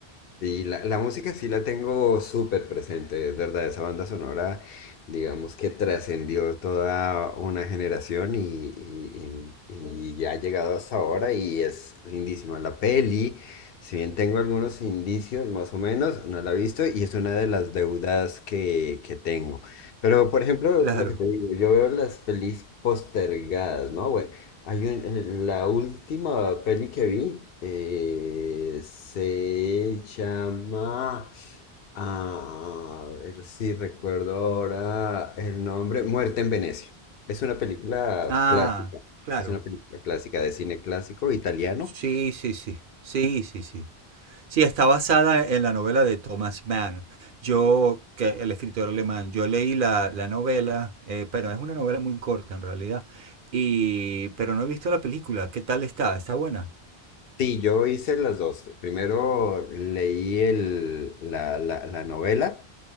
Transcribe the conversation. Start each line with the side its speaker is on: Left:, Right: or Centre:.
Left: Sí, la, la música sí la tengo súper presente, es verdad, esa banda sonora, digamos que trascendió toda una generación y, y- y- y ya ha llegado hasta ahora y es lindísima. La peli, si bien tengo algunos indicios más o menos, no la he visto y es una de las deudas que, que tengo. Pero, por ejemplo,
Right: Claro.
Left: lo que te digo, yo veo las pelis postergadas, ¿no? Bueno, hay un- eh, la última peli que vi eh, se llama, a ver si recuerdo ahora el nombre, Muerte en Venecia. Es una película
Right: Ah,
Left: clásica,
Right: claro.
Left: es una película clásica de cine clásico italiano.
Right: Sí, sí, sí. Sí, sí, sí. Sí, está basada en la novela de Thomas Mann. Yo, que el escritor alemán, yo leí la, la novela, eh, pero es una novela muy corta en realidad. Y, pero no he visto la película. ¿Qué tal está? ¿Está buena?
Left: Sí, yo hice las dos. Primero leí el, la, la la novela.